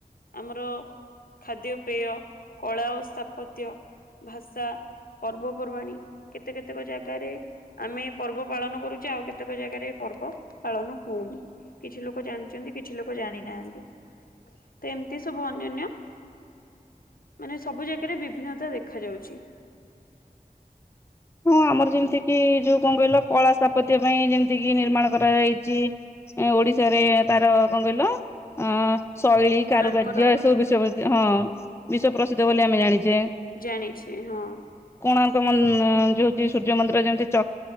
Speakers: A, on the left; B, on the left.
A: ଆମର ଖାଦ୍ୟପେୟ କଳା ଓ ସ୍ଥାପତ୍ୟ ଭାଷା ପର୍ବପର୍ବାଣୀ କେତେ କେତେକ ଜାଗାରେ ଆମେ ଏ ପର୍ବ ପାଳନ କରୁଚେ ଆଉ କେତେକ ଜାଗାରେ ଏ ପର୍ବ ପାଳନ ହଉନି। କିଛି ଲୋକ ଜାଣିଛନ୍ତି କିଛି ଲୋକ ଜାଣି ନାହାନ୍ତି। ତ ଏମତି ସବୁ ଅନ୍ୟନ୍ୟ ମାନେ ସବୁ ଜାଗାରେ ବିଭିନ୍ନତା ଦେଖା ଯାଉଛି।
B: ହଁ ଆମର ଯେମିତି କିି ଯୋଉ କଣ କହିଲ କଳା ସାପତ୍ୟ ପାଇଁ ଯେମିତି କି ନିର୍ମାଣ କରାଯାଇଚି। ସେ ଓଡିଶାରେ ତାର କଣ କହିଲ ଅଁ, ଶୈଳୀ
A: କୋଣାର୍କର
B: କାରୁକାର୍ଯ୍ୟ ଏସବୁ ବିଶ୍ବପସି ହଁ ବିଶ୍ଵ ପ୍ରସିଦ୍ଧ ବୋଲି ଆମେ ଜାଣିଚେ।
A: ଜାଣିଛି ହଁ।
B: କୋଣାର୍କ ମନ୍ ଯୋଉ ହଉଚି ସୂର୍ଯ୍ୟ ମନ୍ଦିର ଯେମିତି ଚକ୍